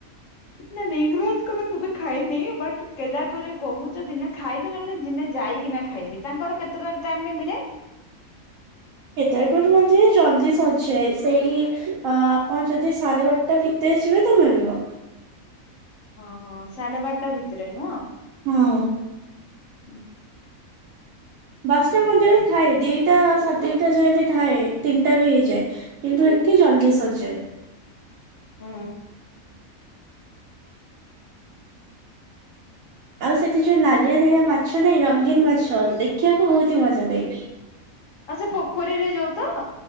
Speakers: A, on the left; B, on the right.
A: ନାଇଁ ଲିଂଗରାଜ ଙ୍କର୍ ତ କେବେ ଖାଇନି। ବଟ କେଦାରଗରି କହୁଚ ଦିନେ ଖାଇବି ନଲେ ଦିନେ ଯାଇକିନା ଖା ଖାଇବି ତାଙ୍କର କେତେଟା ଟାଇମ ରେ ମିଳେ?
B: କେଦରଗୌରୀ ମନ୍ଦିରେ ଜଲ୍ଦି ସରଜାଏ ସେଇ ଅ ଆପଣ ଯଦି ସାରେ ବା ଟା ଭିତରେ ଯିବେ ତ ମିଳିବ।
A: ହଁ ହଁ ସାଢେ ବାରଟା ଭିତରେ ନୁହଁ।
B: ହଁ।
A: ହୁଁ।
B: ବାସଟା ମନ୍ଦିରେ ଥାଏ। ଦିଟା ସାଡେ ଦିଟା ଯାଏଁ ବି ଥାଏ ତିନିଟା ବି ହେଇଯାଏ। କିନ୍ତୁ ଏଠି ଜଲ୍ଦି ସରିଯାଏ।
A: ହୁଁ।
B: ଆଉ ସେଠି ଯୋଉ ନାଲିଆ ନେଳିଆ ମାଛ ନାଇଁ ରଙ୍ଗୀନ ମାଛ ଦେଖିବାକୁ ବହୁତ ହି ମଜା ଲାଗେ।
A: ଆଉ ସେ ପୋଖରୀରେ ଯୋଉ ତ?